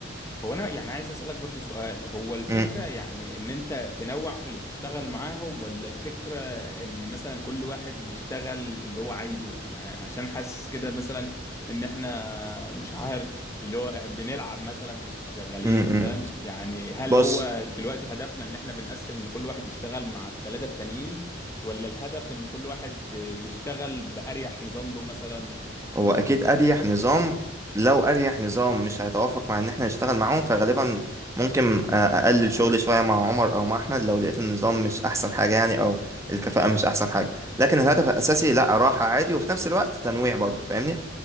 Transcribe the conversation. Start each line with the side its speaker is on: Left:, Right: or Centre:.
Left: هو انا يعني عايز اسالك برضو سؤال هو الفكره
Right: امم
Left: يعني ان انت تنوع في اللي بتشتغل معاهم ولا الفكره ان مثلا كل واحد يشتغل اللي هو عايزه يعني عشان حاسس كده مثلا ان احنا مش عارف اللي هو بنلعب مثلا مش شغالين
Right: امم
Left: فاهم يعني هل
Right: بص
Left: هو دلوقتي هدفنا ان احنا بنقسم ان كل واحد يشتغل مع الثلاثه التانيين ولا الهدف ان كل واحد يشتغل باريح نظام له مثلا
Right: هو اكيد اريح نظام لو اريح نظام مش هيتوافق مع ان احنا نشتغل معاهم فغالبا ممكن آه، اقلل شغلي شويه مع عمر او مع احمد لو لقيت النظام مش احسن حاجه يعني او الكفاءه مش احسن حاجه لكن الهدف الاساسي لا راحه عادي وفي نفس الوقت تنويع برضه فاهمني